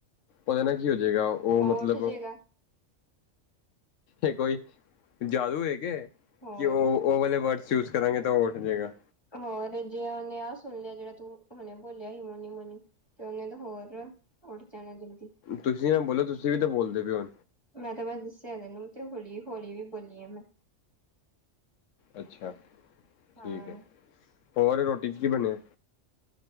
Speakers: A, on the left (about 80°); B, on the left (about 20°).
A: ਓਦੇ ਨਾਲ ਕੀ ਹੋਜੇਗਾ ਓ
B: ਉਹ
A: ਮਤਲਬ,
B: ਉੱਠ ਜੇਗਾ
A: ਏ ਕੋਈ ਜਾਦੂ ਏ ਕੇ
B: ਹੋਰ
A: ਕੀ ਓ, ਓ ਵਾਲੇ ਵਰਡਜ ਯੂਜ ਕਰਾਂਗੇ ਤਾਂ ਓ ਉੱਠ ਜੇਗਾ।
B: ਹੋਰ ਜੇ ਓਨੇ ਆਹ ਸੁਣ ਲਿਆ ਜੇੜਾ ਤੂੰ ਹੁਨੇ ਬੋਲਿਆ ਸੀ ਮੋਨੀ-ਮੋਨੀ ਤੇ ਓਨੇ ਤੇ ਹੋਰ ਉੱਠ ਜਾਣਾ ਜਲਦੀ।
A: ਤੁਸੀਂ ਐਹ ਬੋਲੋ ਤੁਸੀਂ ਵੀ ਤਾਂ ਬੋਲਦੇ ਪਏ ਓ।
B: ਮੈਂ ਤਾਂ ਬਸ ਦੱਸਿਆ ਤੈਨੂੰ ਤੇ ਹੌਲੀ, ਹੌਲੀ ਵੀ ਬੋਲੀ ਆ ਮੈਂ।
A: ਅੱਛਾ
B: ਹਾਂ
A: ਠੀਕ ਐ, ਹੋਰ ਰੋਟੀ ਚ ਕੀ ਬਣਿਆ?